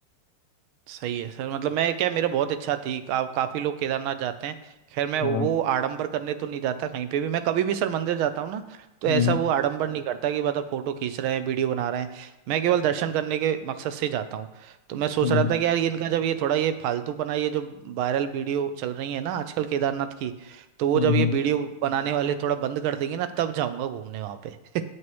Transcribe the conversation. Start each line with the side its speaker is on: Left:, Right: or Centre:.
Right: सही है सर मतलब मैं क्या मेरा बहुत इच्छा थी का, काफी लोग केदारनाथ जाते हैं खैर मैं वो
Left: हाँ
Right: आडंबर करने तो नहीं जाता कहीं पे भी मैं कभी भी सर मंदिर जाता हूँ ना तो ऐसा
Left: हम्म
Right: वो आडंबर नहीं करता कि मतलब फोटो खींच रहे हैं वीडियो बना रहे हैं मैं केवल दर्शन करने के मकसद से जाता हूँ तो मैं सोच
Left: हम्म
Right: रहा था कि यार ये इनका जब ये थोड़ा ये फालतूपना ये जो वायरल वीडियो चल रही है ना आजकल केदारनाथ की तो वो
Left: हम्म
Right: जब ये
Left: हम्म,
Right: वीडियो बनाने वाले थोड़ा बंद कर देंगे ना तब जाऊंगा घूमने वहां पे <laughs>